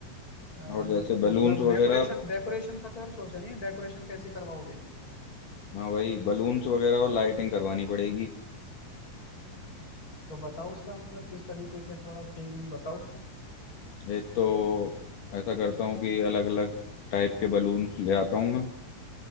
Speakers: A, on the left; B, on the left.
A: अ,
B: और जैसे बलून्स
A: मतलब डेकोरेशन
B: वगैरह
A: डेकोरेशन का तो यार सोचा नहीं है डेकोरेशन कैसे करवाओगे
B: हाँ वही बलून्स वगैरह और लाइटिंग करवानी पड़ेगी
A: तो बताओ उसका मतलब किस तरीके के थोड़ा थीम वीम बताओ
B: एक तो ऐसा करता हूँ कि अलग अलग टाइप के बलून्स ले आता हूँ मैं